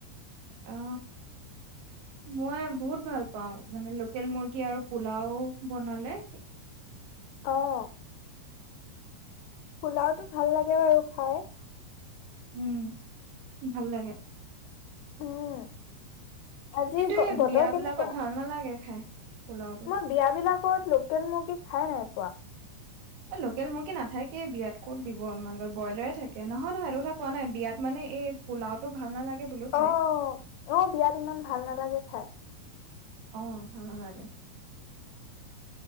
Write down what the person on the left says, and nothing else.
আহ পোলাওতো ভাল লাগে বাৰু খাই
উম আজি
গ
বতৰ
কেনেকুৱা?
মই বিয়া বিলাক ৰত লোকেল মুৰ্গী খাই নাই পোৱা
অ অ বিয়াত ইমান ভাল নালাগে খাই